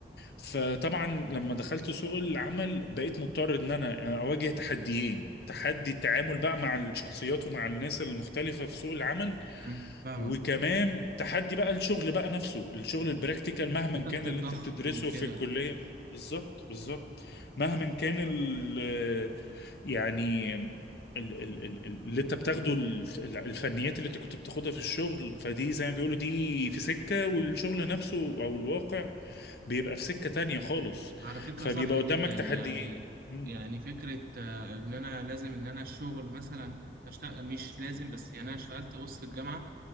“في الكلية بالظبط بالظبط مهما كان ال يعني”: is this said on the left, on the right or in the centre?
Left